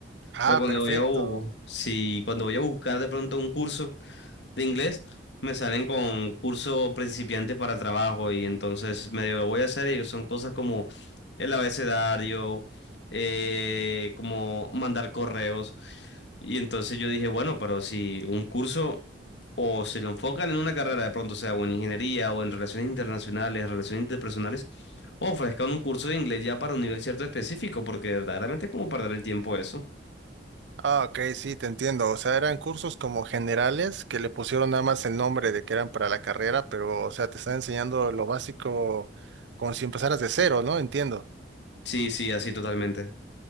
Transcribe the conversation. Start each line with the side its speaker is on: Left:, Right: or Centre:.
Right: Ah,
Left: Pero cuando
Right: perfecto.
Left: voy a, bu- si, cuando voy a buscar de pronto un curso de inglés, me salen con curso principiante para trabajo y entonces medio lo voy a hacer y son cosas como el abecedario, eh, como mandar correos. Y entonces yo dije, bueno, pero si un curso o se lo enfocan en una carrera de pronto, sea o en ingeniería o en relaciones internacionales, relaciones interpersonales, o ofrezcan un curso de inglés ya para un nivel cierto específico, porque verdaderamente es como perder el tiempo eso.
Right: Ah, ok, sí, te entiendo. O sea, eran cursos como generales que le pusieron nada más el nombre de que eran para la carrera, pero, o sea, te están enseñando lo básico como si empezaras de cero, ¿no? Entiendo.
Left: Sí, sí, así totalmente.